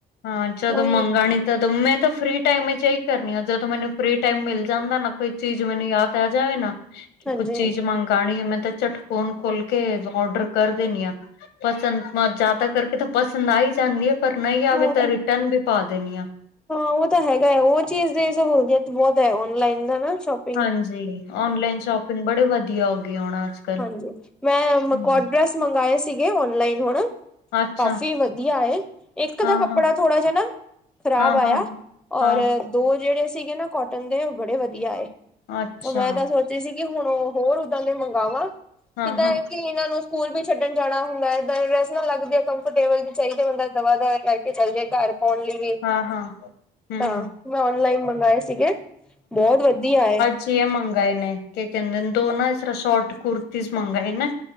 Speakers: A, on the left; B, in the centre.
A: ਹਾਂ ਜਦੋਂ
B: ਉਹੀ
A: ਮੰਗਣੀ ਦ, ਮੈਂ ਤਾਂ ਫ੍ਰਰੀ ਟਾਈਮ ਵਿੱਚ ਇਹੀ ਕਰਨੀ ਆ, ਜਦੋਂ ਮੈਨੂੰ ਫ੍ਰੀ ਟਾਈਮ ਮਿਲ ਜਾਂਦਾ ਨਾ, ਕੋਈ ਚੀਜ਼ ਮੈਨੂੰ ਯਾਦ ਆ ਜਾਵੇ ਨਾ, ਕਿ
B: ਹਾਂਜੀ
A: ਕੁੱਝ ਚੀਜ਼ ਮੰਗਾਣੀ ਹੈ, ਮੈਂ ਤਾਂ ਝਟ ਫ਼ੋਨ ਖੋਲਕੇ, ਔਡਰ ਕਰ ਦੇਨੀਆਂ। ਪਸੰਦ, ਜਿਆਦਾ ਕਰਕੇ ਤਾਂ ਪਸੰਦ ਆਈ ਜਾਂਦੀ ਏ, ਪਰ ਨਹੀਂ
B: ਉਹ
A: ਆਵੇ ਤਾਂ ਰਿਟਰਨ ਵੀ ਪਾ ਦੇਨੀ ਆ।
B: ਹਾਂ ਉਹ ਤਾਂ ਹੈਗਾ ਏ, ਉਹ ਚੀਜ਼ ਦੀ ਸਹੁਲੀਅਤ ਬਹੁਤ ਐ। ਔਨਲਾਈਨ ਦਾ ਨਾ, ਸ਼ੌਪ
A: ਹਾਂਜੀ। ਔਨਲਾਈਨ ਸ਼ੌਪਿੰਗ ਬੜੀ ਵਧੀਆ ਹੋ ਗਈ ਹੁਣ, ਅੱਜ ਕੱਲ।
B: ਹਾਂਜੀ, ਮੈਂ
A: ਹੂੰ,
B: ਕੌਟ ਡ੍ਰੈਸ ਮੰਗਵਾਏ ਸੀਗੇ, ਔਨਲਾਈਨ ਹੁਣ।
A: ਅੱਛਾ
B: ਕਾਫੀ ਵਧੀਆ ਆਏ, ਇੱਕ
A: ਹਾਂ-ਹਾਂ,
B: ਦਾ ਕੱਪੜਾ ਥੋੜਾ ਜਿਹਾ ਨਾ ਖ਼ਰਾਬ
A: ਹਾਂ-ਹਾਂ,
B: ਆਇਆ, ਔਰ
A: ਹਾਂ
B: ਦੋ ਜਿਹੜੇ ਸੀਗੇ ਨਾ ਕੌਟਨ ਦੇ, ਉਹ ਬੜੇ ਵਧੀਆ ਆਏ।
A: ਅੱਛਾ
B: ਓ, ਮੈਂ ਤਾਂ ਸੋਚ ਦੀਸੀ ਕਿ, ਹੁਣ ਹੋਰ ਓਹਦਾਂ ਦੇ ਮੰਗਾਵਾਂ
A: ਹਾਂ-ਹਾਂ,
B: ਕਿੱਦਾਂ ਏ ਕਿ ਇਹਨਾਂ ਨੂੰ ਸਕੂਲ ਵੀ ਛੱਡਣ ਜਾਣਾ ਹੁੰਦਾ ਹੈ, ਇਹਦਾਂ ਦੇ ਡਰੈਸ ਨਾਲ ਲੱਗਦੇ ਆ, ਕੰਫਰਟੇਬਲ ਵੀ ਚਾਹੀਦਾ ਬੰਦਾ ਦਵਾ-ਦਵਾ ਲਾਈ ਚੱਲ ਜੇ ਘਰ ਪਾਉਣ ਲਈ ਵੀ,
A: ਹਾਂ-ਹਾਂ ਹੂੰ
B: ਤਾਂ। ''ਮੈਂ ਔਨਲਾਈਨ ਮੰਗਾਏ ਸੀਗੇ। ਬਹੁਤ ਵੱਦੀਆ ਏ।
A: ਛੇ ਮੰਗਾਏ ਨੇ। ਕੇ ਕਹਿੰਦੇਨ, ਦੋ ਨਾ ਇਸ ਤਰ੍ਹਾਂ ਸ਼ੌਟ ਕੁੁਰਤੀਜ ਮੰਗਾਵਏ ਨਾ